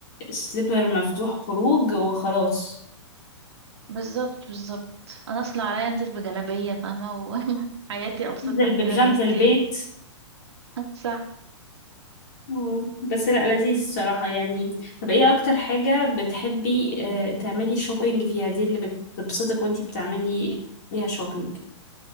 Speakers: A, on the left; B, on the right.
A: سليبر مفتوح خروج وخلاص
B: بالظبط بالظبط انا اصلا عليا انزل بجلابية فاهمة وحياتي <laughs> ابسط
A: انزل
B: من
A: ببيجامة
B: كده بكتير
A: البيت
B: صح
A: مم. بس لا لذيذ الصراحة يعني طب ايه أكتر حاجة بتحبي آه، تعملي شوبينج فيها دي اللي بتبسطك وانتي بتعملي ليها شوبينج